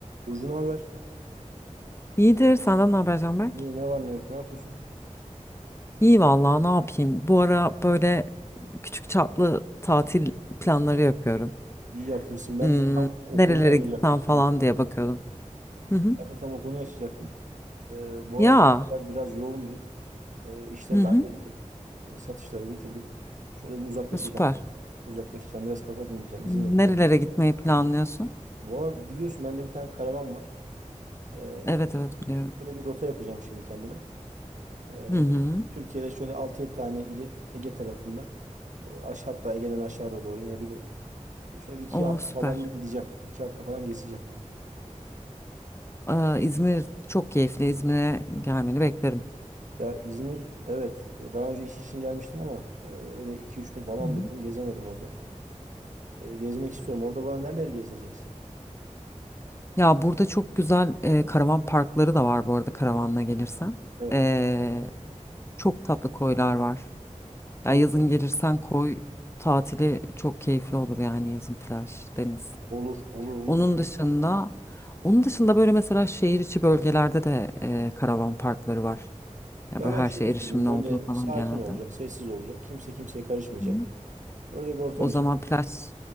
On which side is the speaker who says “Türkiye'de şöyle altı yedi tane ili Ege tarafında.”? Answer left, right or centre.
Right